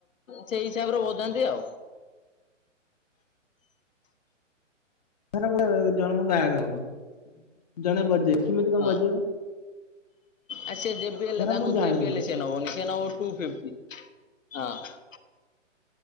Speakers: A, on the left; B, on the left.
A: ସେଇ ହିସାବରେ ବଝାନ୍ତି ଆଉ।
B: ଧର ଗୋଟେ ଜଣଙ୍କ ବାହାଘର ହବ, ଜଣେ ବଜେଇବ କେମିତି କଣ
A: ହଁ
B: ବଜେଇବ?
A: ଆ ସେ ଜ ବିି ଲ
B: ଧର
A: ତାଙ୍କୁ
B: ମୁଁ ଜାଣିନି
A: ଜବି ଲ ସଏ ନବନି, ସିଏ ନବ ଟୁ ଫ୍ ଟି ହଁ।